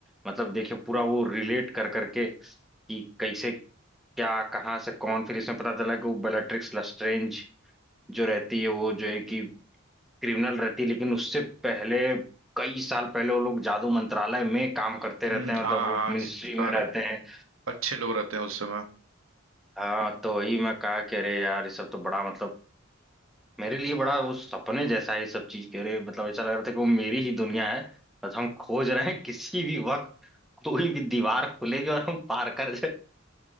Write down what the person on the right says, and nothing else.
हम्म,
हाँ
हाँ
सारे
अच्छे लोग रहते हैं उस समय